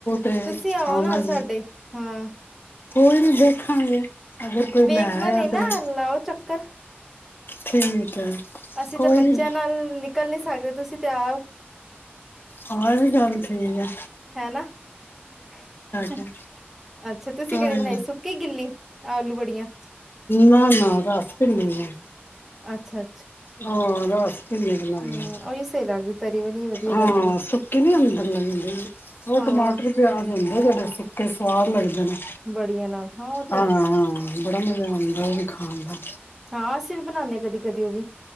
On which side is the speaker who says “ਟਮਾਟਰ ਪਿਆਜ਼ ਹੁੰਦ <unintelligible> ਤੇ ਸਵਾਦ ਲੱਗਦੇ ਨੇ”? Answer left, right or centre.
Left